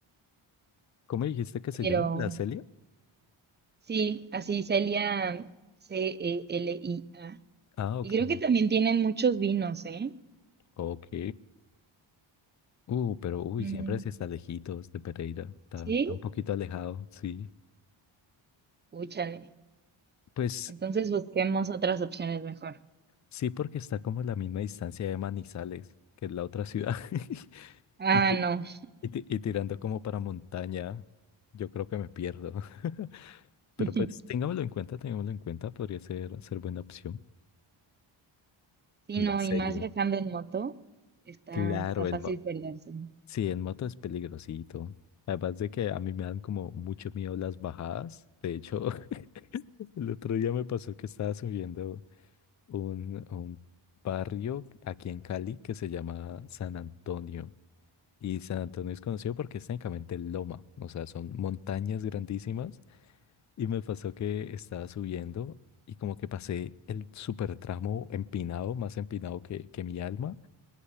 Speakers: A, on the left; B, on the right.
A: ¿Cómo dijiste que se
B: Pero
A: llama? ¿La Celia?
B: sí, así Celia, C-E-L-I-A.
A: Ah, ok.
B: Y creo que también tienen muchos vinos, ¿eh?
A: Ok. Uh, pero uy,
B: Mm,
A: siempre sí está lejitos de Pereira. Está,
B: ¿Sí?
A: está un poquito alejado, sí.
B: Úchale.
A: Pues
B: Entonces busquemos otras opciones mejor.
A: sí, porque está como a la misma distancia de Manizales, que es la otra ciudad. <laughs>
B: Ah,
A: Y, ti-
B: no.
A: y ti- y tirando como para montaña, yo creo que me pierdo. <laughs> Pero
B: <laughs>
A: pues tengámoslo en cuenta, tengámoslo en cuenta, podría ser, ser buena opción.
B: Sí,
A: La
B: no,
A: serie.
B: y más viajando en moto, está,
A: Claro,
B: está fácil
A: en mo-
B: perderse.
A: sí, en moto es peligrosito. Además de que a mí me dan como mucho miedo las bajadas. De hecho, <laughs> el otro día me pasó que estaba subiendo un, un barrio aquí en Cali que se llama San Antonio. Y San Antonio es conocido porque es técnicamente loma, o sea, son montañas grandísimas. Y me pasó que estaba subiendo y como que pasé el super tramo empinado, más empinado que, que mi alma.